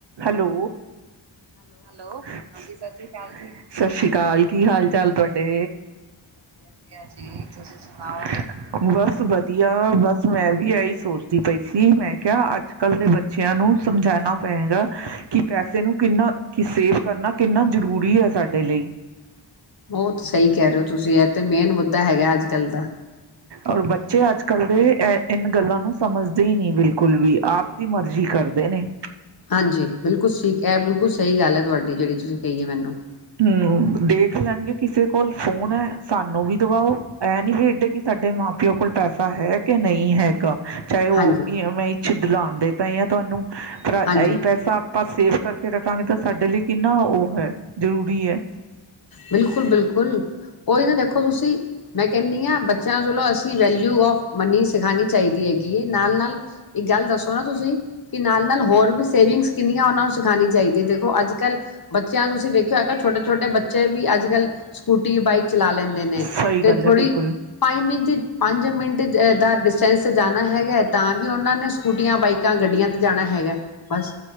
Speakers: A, on the right; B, on the left.
A: Hello, hello ਸਤਿ ਸ੍ਰੀ ਅਕਾਲ ਜੀ, ਸਤਿ ਸ੍ਰੀ ਅਕਾਲ। ਅਕਾਲ, ਕੀ ਹਾਲ-ਚਾਲ ਤੁਹਾਡੇ? ਵਧੀਆ ਜੀ, ਤੁਸੀ ਸੁਣਾਓ? ਬਸ ਵਧੀਆ, ਬਸ ਮੈਂ ਵੀ ਇਹੀ ਸੋਚਦੀ ਪਈ ਸੀ ਮੈਂ ਕਿਹਾ ਅੱਜ ਕੱਲ ਦੇ ਬੱਚਿਆਂ ਨੂੰ ਸਮਝਾਣਾ ਪਏਗਾ ਕਿ ਪੈਸੇ ਨੂੰ ਕਿੰਨਾ ਕਿ ਸੇਵ ਕਰਨਾ ਕਿੰਨਾ ਜ਼ਰੂਰੀ ਹੈ, ਸਾਡੇ ਲਈ
B: ਉਹ ਤੇ ਸਹੀ ਕਹਿ ਰਹੇ ਹੋ ਤੁਸੀਂ ਇਹ ਤੇ ਮੇਨ ਮੁੱਦਾ ਹੈਗਾ ਅੱਜ ਕੱਲ ਦਾ
A: ਔਰ ਬੱਚੇ ਅੱਜ ਕੱਲ ਦੇ ਇਹ ਇਹਨਾ ਗੱਲਾਂ ਨੂੰ ਸਮਝਦੇ ਹੀ ਨੀ ਬਿਲਕੁਲ ਵੀ ਆਪ ਦੀ ਮਰਜ਼ੀ ਕਰਦੇ ਨੇ।
B: ਹਾਂਜੀ, ਬਿਲਕੁਲ ਠੀਕ ਇਹ ਬਿਲਕੁਲ ਸਹੀ ਗੱਲ ਹੈ ਤੁਹਾਡੀ ਜਿਹੜੀ ਤੁਸੀਂ ਕਹੀਏ ਮੈਨੂੰ
A: ਹੂੰ, ਦੇਖ ਲੈਣਗੇ ਕਿਸੇ ਕੋਲ ਫੋਨ ਹੈ ਸਾਨੂੰ ਵੀ ਦਵਾਓ ਇਹ ਨੀ ਵੇਖਦੇ ਕਿ ਸਾਡੇ ਮਾਂ ਪਿਓ ਕੋਲ ਪੈਸਾ ਹੈ ਕਿ ਨਹੀਂ ਹੈਗਾ। ਚਾਹੇ ਉਹ
B: ਹਾਂਜੀ
A: ਮੈਂ ਇੱਛ ਲਾਦੇ ਪਏ ਆ ਤੁਹਾਨੂੰ ਪਰ
B: ਹਾਂਜੀ
A: ਇਹੀ ਪੈਸਾ ਆਪਾਂ ਸੇਫ ਕਰਕੇ ਰੱਖਾਂਗੇ ਤਾਂ ਸਾਡੇ ਲਈ ਕਿੰਨਾ ਉਹ ਹੈ। ਜ਼ਰੂਰੀ ਹੈ।
B: ਬਿਲਕੁਲ-ਬਿਲਕੁਲ ਉਹੀ ਨਾ ਦੇਖੋ ਤੁਸੀਂ ਮੈਂ ਕਹਿੰਦੀ ਹਾਂ ਬੱਚਿਆਂ ਚਲੋ ਅਸੀਂ ਵੈਲਿਊ ਆਫ ਮਨੀ ਸਿਖਾਉਣੀ ਚਾਹੀਦੀ ਹੈ। ਨਾਲ-ਨਾਲ ਇੱਕ ਗੱਲ ਦੱਸੋ, ਨਾ ਤੁਸੀਂ ਕਿ ਨਾਲ ਨਾਲ ਹੋਰ ਵੀ ਸੇਵਿੰਗਸ ਕਿੰਨੀਆਂ ਉਹ ਨੂੰ ਸਿਖਾਣੀ ਚਾਹੀਦੀ ਹੈ, ਦੇਖੋ ਅੱਜ ਕੱਲ੍ਹ ਬੱਚਿਆਂ ਤੁਸੀਂ ਵ ਛੋਟੇ-ਛੋਟੇ ਬੱਚੇ ਵੀ ਅੱਜ ਕੱਲ੍ਹ ਸਕੂਟੀ ਬਾਈਕ ਚਲਾ ਲੈਂਦੇ ਨੇ
A: ਸਹੀ
B: ਤੇ
A: ਗੱਲ
B: ਥੋੜੀ
A: ਹੈ ਬਿਲਕੁਲ
B: ਪੰਜ ਮਿੰਟ ਚ ਪੰਜ ਮਿੰਟ ਦਾ ਡਿਸਟੈਂਸ ਤੇ ਜਾਣਾ ਹੈਗਾ, ਤਾਂ ਵੀ ਉਹਨਾਂ ਨੇ ਸਕੂਟੀਆਂ ਬਾਈਕਾਂ ਗੱਡੀਆਂ ਤੇ ਜਾਣਾ ਹੈਗਾ ਬਸ